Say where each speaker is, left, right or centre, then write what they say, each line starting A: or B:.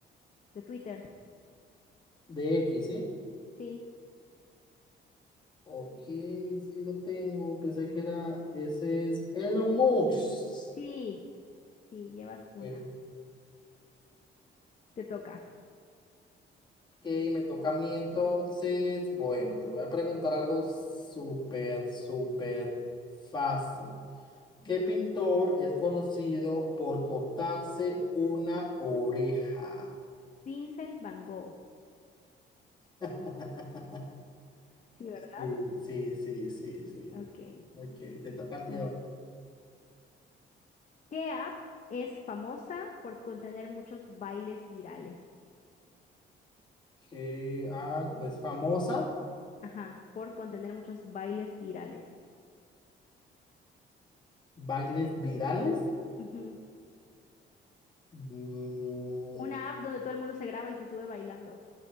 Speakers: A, on the left; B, on the left.
A: De Twitter.
B: De X, ¿sí?
A: Sí,
B: Ok, sí lo tengo. Pensé que era, ese es Elon Musk.
A: sí, sí, llevas una.
B: Eh,
A: Te toca.
B: Ok, me toca a mí entonces. Bueno, te voy a preguntar algo súper, súper fácil. ¿Qué pintor es conocido por cortarse una oreja?
A: Vincent Van Gogh.
B: <laughs>
A: Sí, ¿verdad?
B: Sí, sí, sí, sí, sí.
A: Ok.
B: Ok, te toca a ti.
A: ahí
B: ahora.
A: va. ¿Qué app es famosa por contener muchos bailes virales?
B: ¿Qué- ah, es famosa?
A: Ajá, por contener muchos bailes virales.
B: ¿Bailes virales?
A: Ujú.
B: Mm,
A: Una app donde todo el mundo se graba y se sube bailando.